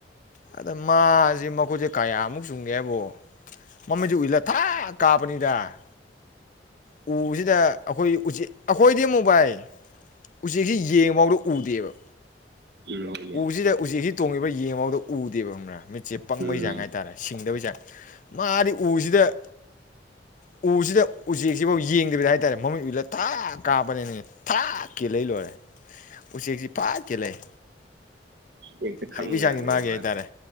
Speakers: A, on the left; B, on the right.
A: ꯑꯗ ꯃꯥ ꯖꯤ ꯃꯈꯣꯠꯁꯦ ꯀꯌꯥꯃꯨꯛ ꯆꯨꯝꯒꯦ ꯍꯥꯏꯕꯨ ꯃꯃꯩꯁꯦ ꯎꯏꯆꯜꯂ ꯊꯥꯛ ꯀꯥꯞꯄꯅꯤꯗ ꯎꯁꯤꯗ ꯑꯩꯈꯣꯏ ꯎꯆꯦꯛ ꯑꯈꯣꯏꯗꯤ ꯃꯣꯕꯥꯏ ꯎꯆꯦꯛꯁꯦ ꯌꯦꯡꯐꯥꯎꯗ ꯎꯗꯦꯕ
B: ꯎꯝ ꯍꯣꯏꯅꯦ
A: ꯎꯁꯤꯗ ꯎꯆꯦꯛꯁꯤ ꯇꯣꯡꯉꯤꯕ ꯌꯦꯕꯥꯎꯗ ꯎꯗꯦꯕ ꯈꯪꯕꯔ ꯆꯦ ꯄꯪꯕꯩ
B: ꯎꯝ
A: ꯆꯥꯡ ꯍꯥꯏꯇꯥꯔꯦ ꯁꯤꯡꯗꯕꯩ ꯆꯥꯡ ꯃꯥꯗꯤ ꯎꯁꯤꯗ ꯎꯁꯤꯗ ꯎꯆꯦꯛ ꯁꯤꯐꯥꯎ ꯌꯦꯡꯗꯕꯤꯗ ꯍꯥꯏꯇꯥꯔꯦ ꯃꯃꯤꯠ ꯎꯏꯁꯜꯂ ꯇꯥꯛ ꯀꯥꯞꯄꯅꯦꯅꯤ ꯊꯥꯛ ꯀꯦꯜꯂꯛꯏ ꯂꯣꯏꯔꯦ ꯎꯆꯦꯛꯁꯤ ꯐꯥꯛ ꯀꯦꯂꯩ
B: ꯍꯦꯛꯇ ꯈꯪꯕꯖꯥꯠꯅꯦ
A: ꯍꯩꯕꯩ ꯆꯥꯡꯖꯦ ꯃꯥꯒꯤ
B: ꯃꯥꯗꯣ
A: ꯍꯥꯏꯇꯥꯔꯦ